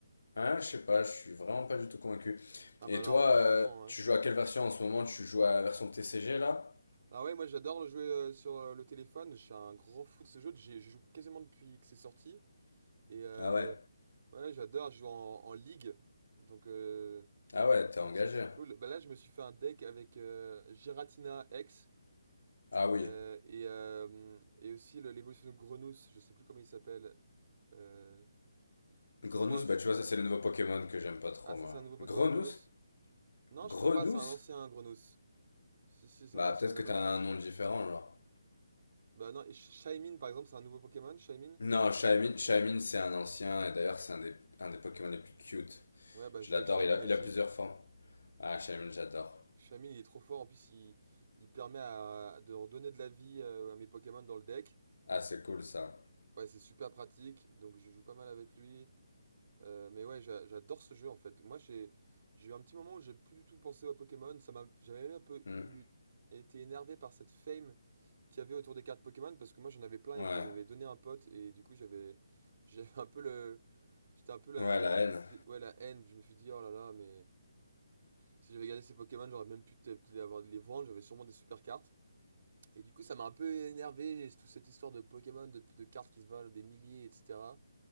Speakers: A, on the left (about 75°); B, on the right (about 35°).
A: Hein, je sais pas, je suis vraiment pas du tout convaincu.
B: Ah
A: Et
B: bah alors,
A: toi,
B: je
A: euh,
B: comprends, ouais.
A: tu joues à quelle version en ce moment? Tu joues à la version TCG là?
B: Ah ouais, moi j'adore le jouer euh, sur euh, le téléphone. Je suis un grand fou de ce jeu. J'ai- Je joue quasiment depuis que c'est sorti. Et euh,
A: Ah ouais.
B: ouais, j'adore. Je joue en, en ligue. Donc, euh,
A: Ah ouais, t'es
B: donc
A: engagé.
B: ça, c'est cool. Bah là, je me suis fait un deck avec euh, Giratina X.
A: Ah oui.
B: euh, et, euh, et aussi le- l'évolution de Grenos. Je sais plus comment il s'appelle. Euh, c'est
A: Grenousse,
B: vraiment un... su-
A: bah tu vois, ça c'est le nouveau Pokémon que j'aime pas trop
B: Ah, ça,
A: moi.
B: c'est un nouveau Pokémon,
A: Grenousse?
B: Grenos? Non,
A: Grenousse?
B: je crois pas. C'est un ancien Grenos. Si, si, c'est
A: Bah
B: un ancien
A: peut-être
B: Grenos.
A: que t'as un nom différent genre.
B: Bah non, et Sh- Shaymin par exemple, c'est un nouveau Pokémon, Shaymin?
A: Non, Shaymin, Shaymin c'est un ancien et d'ailleurs c'est un des, un des Pokémon les plus cute.
B: Ouais, bah
A: Je
B: je
A: l'adore,
B: joue avec Shaymin
A: il a,
B: aussi.
A: il a plusieurs formes. Ah, Shaymin, j'adore.
B: Shaymin, il est trop fort, en plus, il, il permet à- de redonner de la vie euh, à mes Pokémon dans le deck.
A: Ah, c'est cool ça.
B: Ouais, c'est super pratique, donc je joue pas mal avec lui. Euh, mais ouais, j'a- j'adore ce jeu en fait. Moi, j'ai j'ai eu un petit moment où j'ai plus du tout pensé aux Pokémon. Ça m'a, j'avais même un peu
A: Hmm.
B: eu- été énervé par cette fame qu'il y avait autour des cartes Pokémon, parce que moi, j'en avais plein
A: Ouais.
B: et je les avais donné à un pote, et du coup, j'avais j'avais un peu le J'étais un peu la,
A: Ouais, la
B: un peu
A: haine.
B: dé- ouais, la haine. Je me suis dit, oh là là, mais si j'avais gardé ces Pokémon, j'aurais même pu peut-être les avoir, les vendre. J'avais sûrement des super cartes. Et du coup, ça m'a un peu énervé, toute cette histoire de Pokémon, de, de cartes qui se valent des milliers, etc.